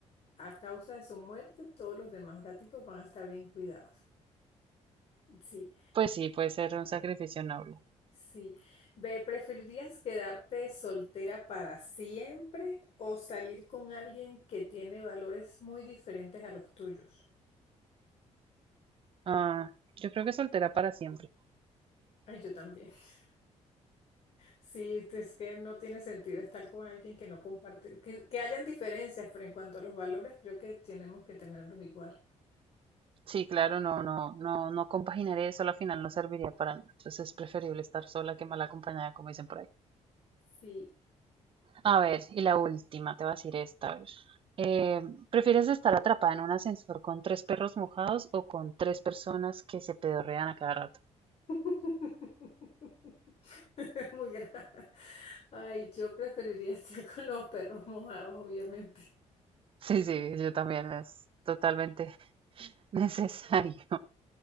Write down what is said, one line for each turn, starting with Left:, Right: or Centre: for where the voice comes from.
Left: a causa de su muerte, todos los demás gaticos van a estar bien cuidados. Sí.
Right: pues sí, puede ser un sacrificio noble.
Left: Sí. Ve, ¿preferirías quedarte soltera para siempre o salir con alguien que tiene valores muy diferentes a los tuyos?
Right: Ah, yo creo que soltera para siempre.
Left: Ay, yo también. <laughs> Sí, es que no tiene sentido estar con alguien que no comparte, que, que hayan diferencias, pero en cuanto a los valores, creo que tenemos que tenerlos igual.
Right: Sí, claro, no, no, no, no compaginar eso, al final no serviría para nada. Entonces es preferible estar sola que mal acompañada, como dicen por ahí.
Left: Sí.
Right: A ver, y la última, te voy a decir esta, a ver. Eh, ¿prefieres estar atrapada en un ascensor con tres perros mojados o con tres personas que se pedorrean a cada rato?
Left: <laughs> <laughs> Muy grave. Ay, yo preferiría <laughs> estar con los perros mojados, obviamente.
Right: Sí, sí, yo también, es totalmente <laughs> necesario.